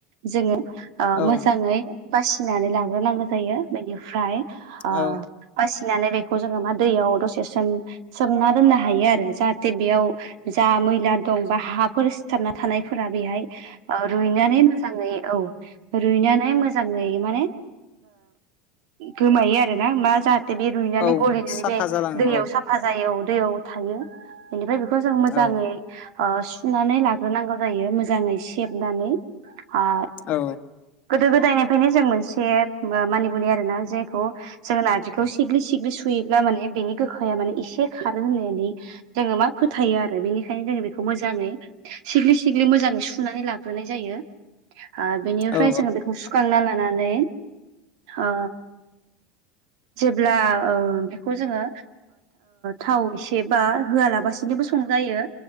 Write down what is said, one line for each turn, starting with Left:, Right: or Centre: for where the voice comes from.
Right: जोङो ओ
Left: औ
Right: मोजाङै बासिनानै लाग्रोनांगौ जायो बेनिफ्राय आ
Left: औ
Right: बासिनानै बेखौ जोङो मा दैयाव दसे सोम सोमना दोननो हायो आरो जाहाथे बेयाव जा मैला दं बा हाफोर सिथाबना थानायफोरा बेहाय औ रुइनानै मोजाङै औ रुइनानै मोजाङै माने गोमायो आरो नामा जा बे रुइनानै
Left: औ
Right: गलिनानै
Left: साफा
Right: बे
Left: जालाङो
Right: दैयाव साफा जायो औ दैयाव थायो बेनिफ्राय बेखौ जों मोजाङै
Left: औ
Right: ओ सुनानै लाग्रोनांगौ जायो मोजाङै सेबनानै ओ
Left: औ
Right: गोदो गोदायनिफ्रायनो जों मोनसे मानि बुलियो <unintelligible> आरोना जेखौ जोङो नारजिखौ सिग्लि सिग्लि सुयोब्ला माने बेनि गोखाया माने एसे खारो होननानै जोङो मा फोथायो आरो बेनिखायनो जोङो बेखौ मोजाङै सिग्लि सिग्लि मोजाङै सुनानै लाग्रोनाय जायो। आ बेनिफ्राय
Left: औ
Right: जोङो बेखौ सुखांना लानानै आ जेब्ला ओ जोङो थाव एसे बा होआलाबासि बो संजायो